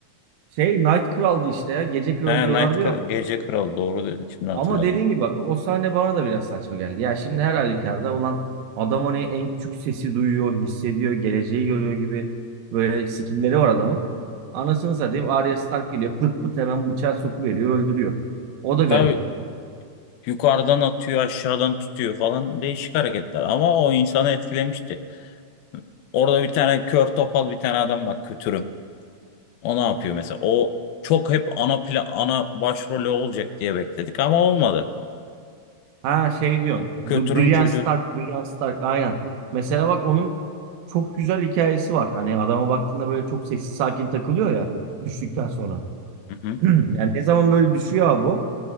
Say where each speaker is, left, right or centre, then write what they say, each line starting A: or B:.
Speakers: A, on the right; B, on the left.
A: Şey Night Kral'dı işte ya. Gece Kralı
B: He
A: diyorlar
B: Night
A: diyor.
B: Kra- Gece Kralı doğru dedin şimdi hatırladım.
A: Ama dediğin gibi bak o sahne bana da biraz saçma geldi. Ya şimdi her halükarda olan adam hani en küçük sesi duyuyor, hissediyor, geleceği görüyor gibi böyle skillleri var adamın. Anasını satayım Arya Stark geliyor pıt pıt hemen bıçağı sokuveriyor öldürüyor. O da garip.
B: Tabii yukarıdan atıyor aşağıdan tutuyor falan değişik hareketler. Ama o insanı etkilemişti. Orada bir tane kör topal bir tane adam var kötürüm. O ne yapıyor mesela? O çok hep ana pla ana başrolü olacak diye bekledik ama olmadı.
A: Ha şey
B: Kö-
A: diyorsun B
B: Kötürüm
A: Brienne
B: çocuğu.
A: Stark, Brienne Stark aynen. Mesela bak onun çok güzel hikayesi var. Hani adama baktığında böyle çok sessiz sakin takılıyor ya düştükten sonra.
B: Hı hı.
A: <clears throat> Yani ne zaman böyle düşüyor abi o?